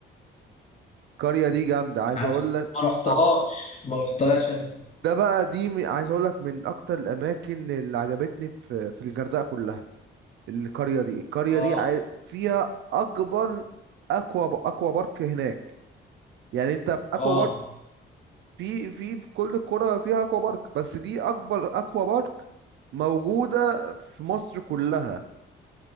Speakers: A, on the right (about 65°); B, on the left (about 35°).
A: القريه دي جامده عايز
B: مش عارف
A: اقول لك
B: ما رحتهاش
A: ع-
B: ما رحتهاش انا
A: ده بقى دي م- عايز اقول لك من اكتر الاماكن اللي عجبتني في في الغردقه كلها القرية دي القرية
B: اه
A: دي عاي- فيها أكبر أكوا أكوا بارك هناك يعني أنت في أكوا
B: اه
A: بارك في في في كل القرى فيها أكوا بارك بس دي أكبر أكوا بارك موجودة في مصر كلها